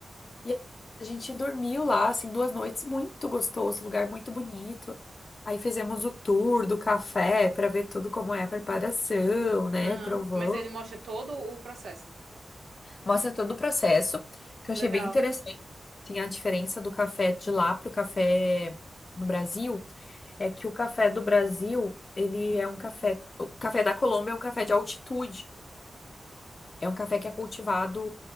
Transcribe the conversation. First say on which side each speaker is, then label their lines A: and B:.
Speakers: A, on the left; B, on the right.
A: E a gente dormiu lá, assim, duas noites, muito gostoso, lugar muito bonito. Aí fizemos o tour do café para ver tudo como é a preparação, né?
B: Aham.
A: Provou.
B: Mas ele mostra todo o processo.
A: Mostra todo o processo, que
B: Legal.
A: eu achei bem interessante. Assim, a diferença do café de lá pro café no Brasil é que o café do Brasil, ele é um café. O café da Colômbia é um café de altitude. É um café que é cultivado